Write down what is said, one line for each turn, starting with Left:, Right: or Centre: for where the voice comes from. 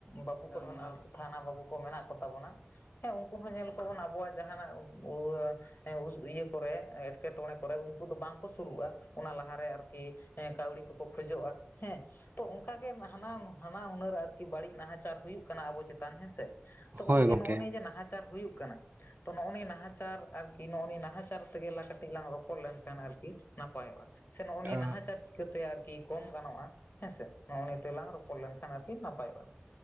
Left: ᱵᱟᱹᱵᱩ ᱠᱚ ᱢᱮᱱᱟᱜᱼᱟ ᱛᱷᱟᱱᱟ ᱵᱟᱹᱵᱩ ᱠᱚ ᱢᱮᱱᱟᱜ ᱠᱚ᱾ ᱛᱟᱵᱚᱱᱟ ᱦᱮᱸ ᱩᱝᱠᱩ ᱦᱚᱸ ᱧᱮᱞ ᱠᱚ ᱵᱚᱱ ᱟᱵᱚᱣᱟᱜ ᱡᱟᱦᱟᱸᱱᱟᱜ <unintelligible> ᱦᱮᱸ ᱩᱥ ᱤᱭᱟᱹ ᱠᱚᱨᱮ ᱮᱸᱴᱠᱮᱴᱚᱬᱮ ᱠᱚᱨᱮ ᱩᱝᱠᱩ ᱫᱚ ᱵᱟᱝᱠᱚ ᱥᱩᱨᱩᱜᱼᱟ᱾ ᱚᱱᱟ ᱞᱟᱦᱟᱨᱮ ᱟᱨᱠᱤ ᱦᱮᱸ ᱠᱟᱣᱰᱤ ᱠᱚᱠᱚ ᱠᱷᱚᱡᱚᱜᱼᱟ ᱦᱮᱸ ᱛᱚ ᱚᱝᱠᱟᱜᱮ ᱦᱟᱱᱟᱱ ᱦᱟᱱᱟ ᱦᱩᱱᱟᱹᱨ ᱟᱨᱠᱤ ᱵᱟᱲᱤᱡ ᱱᱟᱦᱟᱪᱟᱨ ᱦᱩᱭᱩᱜ ᱠᱟᱱᱟ ᱟᱵᱚ ᱪᱮᱛᱟᱱ ᱦᱮᱸᱥᱮ ᱛᱚ
Right: ᱦᱳᱭ
Left: ᱜᱚᱝᱠᱮ
Right: ᱜᱚᱢᱠᱮ
Left: ᱱᱚᱜᱼᱚᱭ ᱱᱤᱭᱟᱹ ᱡᱮ ᱱᱟᱦᱟᱪᱟᱨ ᱦᱩᱭᱩᱜ ᱠᱟᱱᱟ, ᱛᱚ ᱱᱚᱜᱼᱚ ᱱᱤᱭᱟᱹ ᱱᱟᱦᱟᱪᱟᱨ ᱟᱨᱠᱤ ᱱᱚᱜᱼᱚ ᱱᱤᱭᱟᱹ ᱱᱟᱦᱟᱪᱟᱨ ᱛᱮᱜᱮ ᱞᱟ ᱠᱟᱹᱴᱤᱡ ᱞᱟᱝ ᱨᱚᱯᱚᱲ ᱞᱮᱱᱠᱷᱟᱱ ᱟᱨᱠᱤ ᱱᱟᱯᱟᱭᱚᱜᱼᱟ᱾ ᱥᱮ ᱱᱚᱜᱼᱚ ᱱᱤᱭᱟᱹ
Right: ᱟ,
Left: ᱱᱟᱦᱟᱪᱟᱨ ᱪᱤᱠᱟᱹᱛᱮ ᱟᱨᱠᱤ ᱠᱚᱢ ᱜᱟᱱᱚᱜᱼᱟ ᱦᱮᱸᱥᱮ ᱱᱚᱜᱼᱚ ᱱᱤᱭᱟᱹᱛᱮᱞᱟᱝ ᱨᱚᱯᱚᱲ ᱞᱮᱝᱠᱷᱟᱱ ᱟᱨᱠᱤ ᱱᱟᱯᱟᱭᱚᱜᱼᱟ᱾